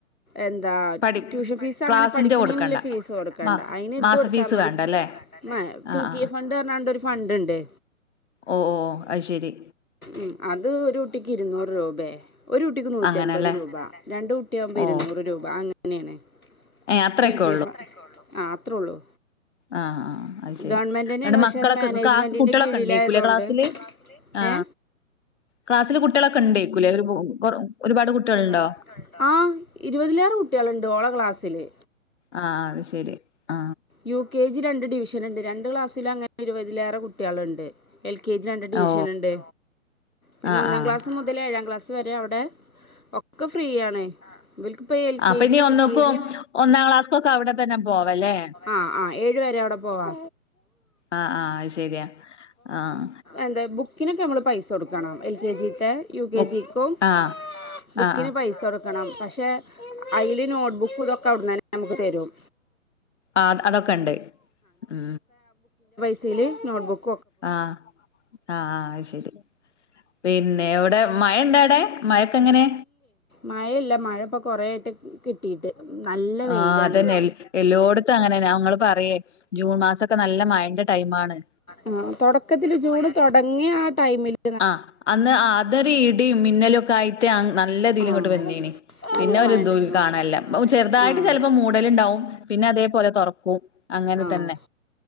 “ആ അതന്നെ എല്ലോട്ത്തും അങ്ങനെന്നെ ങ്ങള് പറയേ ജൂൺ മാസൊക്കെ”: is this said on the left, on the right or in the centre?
Left